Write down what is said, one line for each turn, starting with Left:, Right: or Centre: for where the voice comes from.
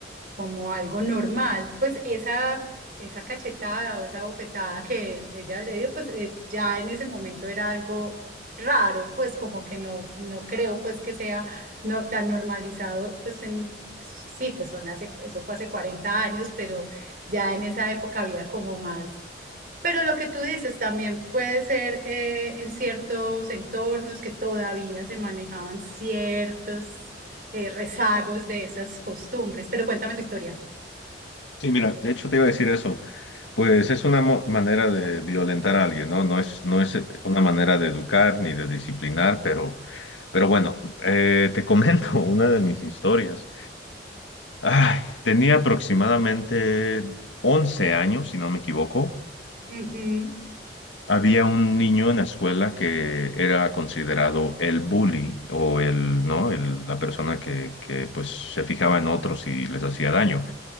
Right: como algo normal, pues esa, esa cachetada o esa bofetada que ella le dio, pues eh, ya en ese momento era algo raro, pues como que no, no creo pues que sea no tan normalizado, pues en, sí, pues son hace, eso fue hace 40 años, pero ya en esa época había como más pero lo que tú dices también puede ser eh, en ciertos entornos que todavía se manejaban ciertos eh, rezagos de esas costumbres. Pero cuéntame tu historia.
Left: Sí, mira, de hecho te iba a decir eso, pues es una mo- manera de violentar a alguien, ¿no? No es, no es eh, una manera de educar ni de disciplinar, pero, pero bueno, eh, te comento <laughs> una de mis historias. Ay, tenía aproximadamente 11 años, si no me equivoco,
Right: Ujú,
Left: Había un niño en la escuela que era considerado el bully o el, ¿no? El- la persona que, que, pues se fijaba en otros y les hacía daño.